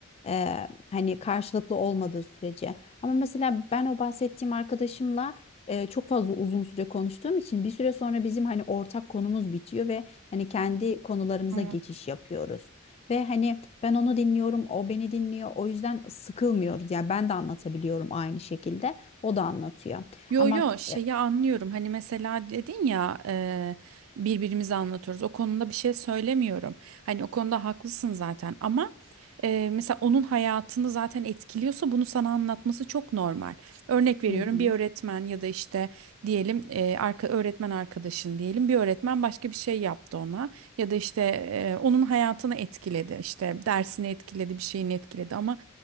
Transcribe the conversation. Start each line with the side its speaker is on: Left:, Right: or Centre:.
Left: Ee, hani karşılıklı olmadığı sürece. Ama mesela ben o bahsettiğim arkadaşımla e, çok fazla uzun süre konuştuğum için bir süre sonra bizim hani ortak konumuz bitiyor ve hani kendi konularımıza
Right: hı.
Left: geçiş yapıyoruz. Ve hani ben onu dinliyorum, o beni dinliyor. O yüzden sıkılmıyoruz. Yani ben de anlatabiliyorum aynı şekilde. O da anlatıyor.
Right: Yo
Left: Ama
Right: yo şeyi
Left: e,
Right: anlıyorum hani mesela dedin ya e, birbirimize anlatıyoruz o konuda bir şey söylemiyorum hani o konuda haklısın zaten ama e, mesela onun hayatını zaten etkiliyorsa bunu sana anlatması çok normal örnek veriyorum
Left: Hı hı.
Right: bir öğretmen ya da işte diyelim e, arka öğretmen arkadaşın diyelim bir öğretmen başka bir şey yaptı ona ya da işte e, onun hayatını etkiledi işte dersini etkiledi bir şeyini etkiledi ama